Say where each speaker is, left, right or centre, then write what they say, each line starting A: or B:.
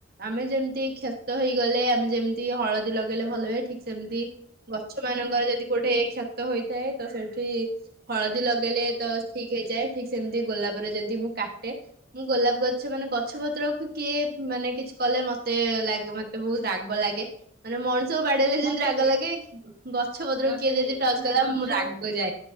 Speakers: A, on the right (about 45°); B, on the right (about 25°).
A: ଆମେ ଯେମିତି କ୍ଷତ ହେଇଗଲେ ଆମେ ଯେମିତି ହଳଦୀ ଲଗେଇଲେ ଭଲ ହୁଏ ଠିକ ସେମିତି ଗଛ ମାନଙ୍କର ଯଦି କୋଉଠେ କ୍ଷତ ହେଇଥାଏ ତ ସେଠି ହଳଦୀ ଲଗେଇଲେ ତ ଠିକ ହେଇଯାଏ। ଠିକ ସେମିତି ଗୋଲାପରେ ଯଦି ମୁଁ କାଟେ ମୁଁ ଗୋଲାପ ଗଛ ମାନେ ଗଛ ପତ୍ରକୁ କିଏ ମାନେ କିଛି କଲେ ମତେ ଲାଗେ ମତେ ବହୁତ ରାଗ ଲାଗେ ମାନେ ମଣି ଆଙ୍କୁ ବାଡେଇଲେ ଯେମତି
B: ମତେ
A: ରାଗ
B: ବି
A: ଲାଗେ ଗଛ ପତ୍ର
B: ମତେ
A: କିଏ
B: ବି
A: ଯଦି ଟଚ
B: ମାନେ
A: କଲା
B: ଗଛ
A: ମୁଁ ରାଗି ଯାଏ।